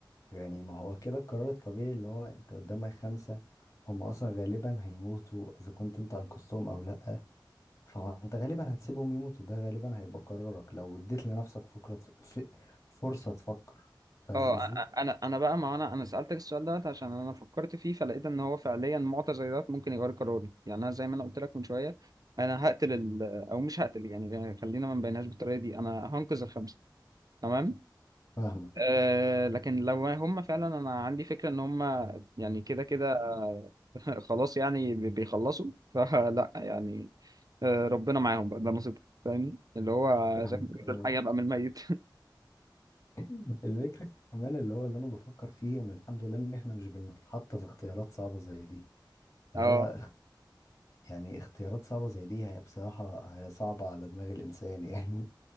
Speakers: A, on the left; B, on the right.
A: يعني ما هو كده القرار الطبيعي اللي هو انت قدامك خمسه هم اصلا غالبا هيموتوا اذا كنت انت انقذتهم او لا فانت غالبا هتسيبهم يموتوا ده غالبا هيبقى قرارك لو اديت لنفسك فكرة ف- فرصة تفكر فاهم
B: اه
A: قصدي؟
B: أ- انا انا بقى ما انا انا سالتك السؤال دوت عشان انا فكرت فيه فلقيت ان هو فعليا معطى زي دوت ممكن يغير قراري يعني انا زي ما انا قلت لك من شويه انا هقتل ال... او مش هقتل يعني خلينا ما نبينهاش بالطريقه دي انا هنقذ الخمسه تمام
A: فاهمك
B: أه لكن لو هم فعلا انا عندي فكره ان هم يعني كده كده <laughs> خلاص يعني بي- بيخلصوا فلا يعني آه، ربنا معاهم بقى ده نصيبهم فاهمني اللي هو
A: فاهمك
B: زي ما بيقولوا
A: اه
B: الحي يبقى من الميت <laughs>
A: <laughs> الفكرة كمان اللي هو اللي انا بفكر فيه ان الحمد لله ان احنا مش بنتحط في اختيارات صعبة زي دي اللي
B: اه
A: هو يعني اختيارات صعبة زي دي هي بصراحة هي صعبة على دماغ الانسان يعني